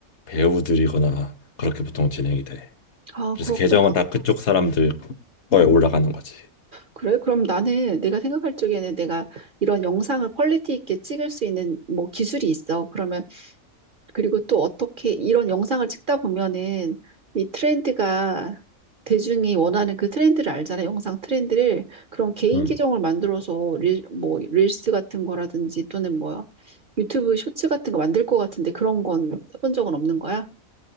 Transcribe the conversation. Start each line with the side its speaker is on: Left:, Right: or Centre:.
Left: 배우들이거나 그렇게 보통 진행이 돼.
Right: 아,
Left: 그래서
Right: 그렇구나.
Left: 계정은 다 그쪽 사람들 거에 올라가는 거지.
Right: 그래? 그럼 나는 내가 생각할 적에는 내가 이런 영상을 퀄리티 있게 찍을 수 있는 뭐 기술이 있어. 그러면 그리고 또 어떻게 이런 영상을 찍다 보면은 이 트렌드가 대중이 원하는 그 트렌드를 알잖아. 영상 트렌드를. 그럼 개인
Left: 음.
Right: 계정을 만들어서 릴, 뭐 릴스 같은 거라든지 또는 뭐 유튜브 쇼츠 같은 거 만들 것 같은데 그런 건 해본 적은 없는 거야?